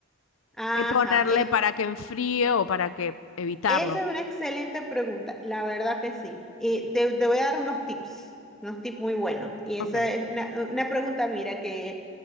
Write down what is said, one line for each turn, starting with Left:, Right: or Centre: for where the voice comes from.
Centre: ajá.
Left: qué ponerle para que enfríe o para que evitarlo.
Centre: Esa es una excelente pregunta, la verdad que sí. Y te, te voy a dar unos tips, unos tips muy buenos. Y esa
Left: Ok.
Centre: es una, una pregunta, mira, que